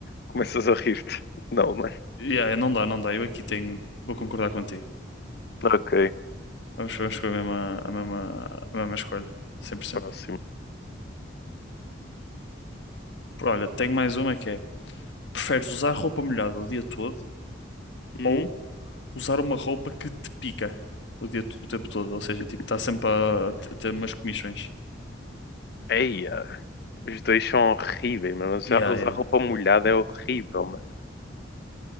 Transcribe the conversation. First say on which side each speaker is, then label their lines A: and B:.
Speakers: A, on the left; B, on the left.
A: começas a rir-te. Não, mano.
B: Yeah, não dá, não dá. Eu aqui tenho. Vou concordar contigo.
A: Ok,
B: Vamos, vamos com a mesma, a mesma, a mesma escolha. cem Por- cento
A: próximo.
B: Olha, tenho mais uma que é: preferes usar roupa molhada o dia todo
A: Hum?
B: ou usar uma roupa que te pica o dia, to- o tempo todo? Ou seja, tipo, está sempre a, t- ter umas comichões.
A: Eia, os dois são horríveis, mano. Usar
B: Yeah,
A: usar
B: yeah.
A: roupa molhada é horrível, mano.